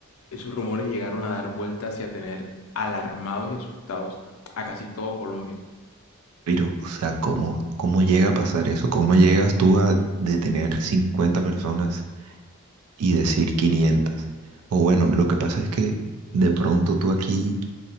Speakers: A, on the left (about 65°); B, on the right (about 80°).
A: esos rumores llegaron a dar vueltas y a tener alarmados y asustados a casi todo Colombia.
B: Pero, o sea, ¿cómo, cómo llega a pasar eso? ¿Cómo llegas tú a detener 50 personas y decir quinientas O bueno, lo que pasa es que de pronto tú aquí,